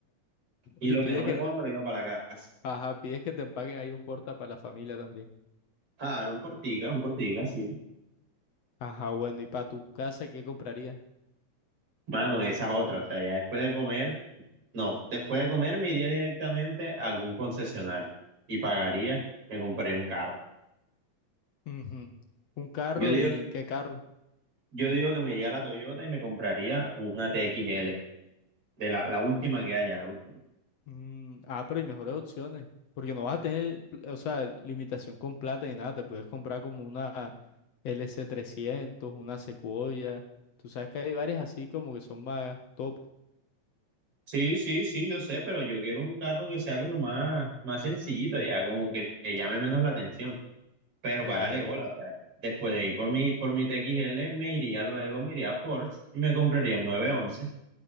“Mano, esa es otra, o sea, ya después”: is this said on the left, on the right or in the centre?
Right